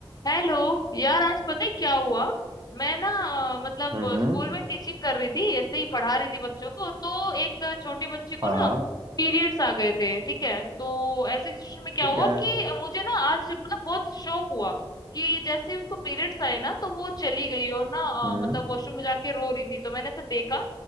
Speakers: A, on the left; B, on the right.
A: Hello यार आज पता है क्या हुआ मैं ना अ, मतलब
B: हम्म
A: अ, स्कूल में टीचिंग कर रही थी ऐसे ही पढ़ा रही थी बच्चों को तो एक अ, छोटी बच्ची को
B: हाँ
A: ना
B: हाँ
A: पीरियड्स आ गए थे ठीक है तो ऐसी सिचुएशन में क्या
B: ठीक
A: हुआ
B: है
A: कि मुझे ना आज मतलब बहुत शौक हुआ कि जैसे ही उसको पीरियड्स आए ना तो वो चली गई और ना
B: हम्म
A: अ, मतलब वॉशरूम में जाके रो रही थी तो मैंने ऐसे देखा